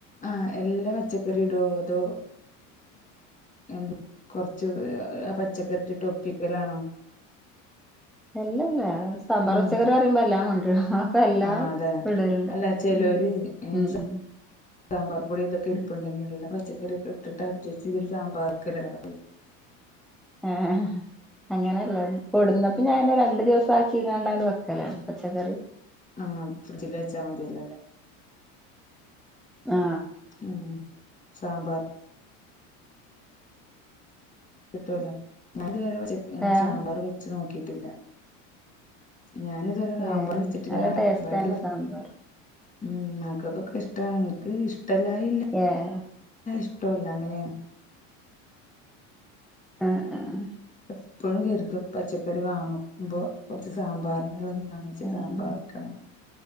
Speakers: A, on the left; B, in the centre.
A: ആ എല്ലാ പച്ചക്കറി ഇടോ അതോ എന്ത് കൊർച്ച് പച്ചക്കറി ഇട്ട്ട്ട് ഒപ്പിക്കലാണോ
B: അല്ലല്ല സാമ്പാർ
A: ഉം
B: പച്ചക്കറി പറയുമ്പോ എല്ലാം കൊണ്ട്രുരും പ്പഎല്ലാം
A: ആഹ് അതെ
B: ഇടല്ണ്ട്
A: അല്ല ചെലോര്
B: ഉം ഉം
A: സാമ്പാർ പൊടി ഇതൊക്കെ ഇരുപ്പുണ്ടെങ്കി
B: ഉം
A: ള്ള പച്ച ക്കറിയൊക്കെ ഇട്ട്ട്ട് അട്ജസ്റ്റ് ചെയ്തൊരു സാമ്പാർക്ക <unintelligible>
B: ആ ആ അങ്ങനെള്ളത് കൊട്ന്നപ്പോ ഞാൻ രണ്ട് ദിവസാക്കിങ്ങാണ്ട് അണ്ട് വെക്ക ക്കലാണ് പച്ചക്കറി
A: ആഹ് ഫ്രിഡ്ജിൽ <unintelligible>
B: ആ
A: ഉം സാമ്പാർ കിട്ടുലോ ഞാൻ <unintelligible>
B: ആഹ്
A: സാമ്പാറ് വെച്ച് നോക്കിട്ടില്ല ഞാന് ഇതു വരെ സാമ്പാറ്
B: ഏഹ്
A: വെച്ച്ട്ടില്ല
B: നല്ല ടേസ്റ്റാണ് സാമ്പാർ
A: <unintelligible> ഉം മക്കൊക്കൊക്കെ ഇഷ്ടാണ് ഇൻക്ക് ഇഷ്ടല്ലായില്ല
B: ഏഹ്
A: ട്ടുല്ല അങ്ങനെണ്.
B: ആഹ് ആഹ്
A: എപ്പളും കെര്തും പച്ചക്കറി വാങ്ങു മ്പോ കോർച്ച് സാമ്പാറ്ന്ള്ളെ വാങ്ങിച്ച്
B: ആഹ്
A: സാമ്പാറ് ക്കണം.